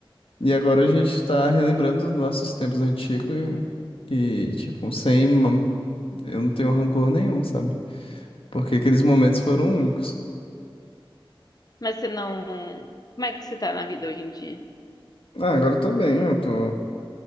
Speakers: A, on the left; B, on the left.
A: E agora a gente tá relembrando dos nossos tempos antigos e, e, tipo, sem. ma- Eu não tenho rancor nenhum, sabe? Porque aqueles momentos foram únicos.
B: Mas você não. Como é que você tá na vida hoje em dia?
A: Ah, agora eu tô bem, eu tô.